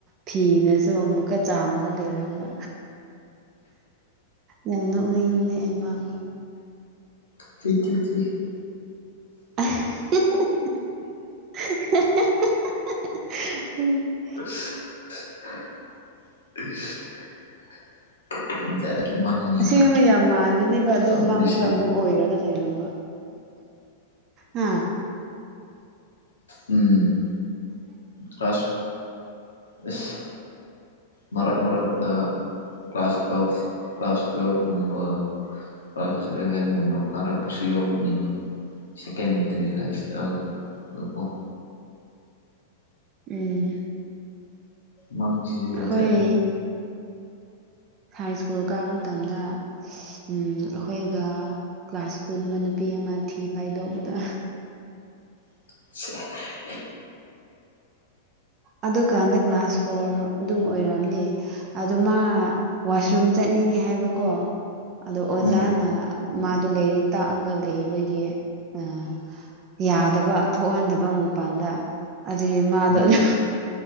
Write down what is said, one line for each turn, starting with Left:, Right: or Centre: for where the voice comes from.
Right: ꯐꯤꯅꯁꯨ ꯑꯃꯨꯛꯀꯥ ꯆꯥꯝꯃꯒ ꯂꯩꯔꯝꯕ ꯌꯥꯝ ꯅꯣꯛꯅꯤꯡꯉꯕꯅꯦ ꯑꯩ ꯃꯥꯡꯅꯣ
Left: <unintelligible>
Right: <unintelligible>
Left: <unintelligible> ꯖꯠ ꯃꯪꯅꯤꯅꯦ
Right: ꯑꯁꯤꯡꯕ ꯌꯥꯝ ꯃꯥꯟꯕꯅꯦꯕ ꯑꯗꯣ
Left: ꯇꯧꯔꯤꯁꯦ
Right: ꯃꯥꯡꯗ ꯑꯃꯨꯛ ꯑꯣꯏꯔꯒ ꯂꯩꯔꯝꯕ ꯍꯥ
Left: ꯎꯝ ꯀ꯭ꯂꯥꯁ ꯏꯁ ꯃꯔꯛ ꯃꯔꯛꯇ ꯀ꯭ꯂꯥꯁ ꯇꯨꯋꯦꯜꯐ ꯀ꯭ꯂꯥꯁ ꯇꯨꯋꯦꯜꯐ ꯒꯨꯝꯕ ꯀ꯭ꯂꯥꯁ ꯏꯂꯦꯚꯦꯟꯒꯨꯝꯕ ꯀꯥꯔꯛꯄꯁꯨ ꯌꯥꯎꯕꯅꯤꯅ‌ꯦ ꯁꯦꯀꯦꯟꯗꯔꯤ ꯂꯥꯏꯐ ꯏꯁꯇꯥꯏꯜ ꯑꯗꯨꯒ ꯀꯣ
Right: ꯎꯝ
Left: ꯃꯥꯡꯁꯤꯖꯨ
Right: ꯑꯩꯈꯣꯏ
Left: ꯖꯥꯠ ꯖꯥꯠꯅꯤ
Right: ꯍꯥꯏ ꯁ꯭ꯀꯨꯜ ꯀꯥꯕ ꯃꯇꯝꯗ ꯑꯩꯈꯣꯏꯒ ꯀ꯭ꯂꯥꯁ ꯄꯨꯟꯕ ꯅꯨꯄꯤ ꯑꯃ ꯊꯤ ꯐꯥꯏꯗꯣꯛꯄꯗ
Left: <unintelligible>
Right: ꯑꯗꯨꯀꯥꯟꯗ ꯀ꯭ꯂꯥꯁ ꯐꯣꯔ ꯑꯗꯨꯝ ꯑꯣꯏꯔꯝꯅꯤ ꯑꯗꯨ ꯃꯥ ꯋꯥꯁꯔꯨꯝ ꯆꯠꯅꯤꯡꯉꯤ ꯍꯥꯏꯕꯀꯣ ꯑꯗꯣ ꯑꯣꯖꯥꯅ
Left: ꯎꯝ
Right: ꯃꯥꯗꯣ ꯂꯥꯏꯔꯤꯛ ꯇꯥꯛꯑꯒ ꯂꯩꯕꯒꯤ ꯑꯥ ꯌꯥꯗꯕ ꯊꯣꯛꯍꯟꯗꯕ ꯃꯄꯥꯟꯗ ꯑꯗꯨꯗꯤ ꯃꯥꯗꯣ
Left: ꯎꯝ
Right: ꯑꯥ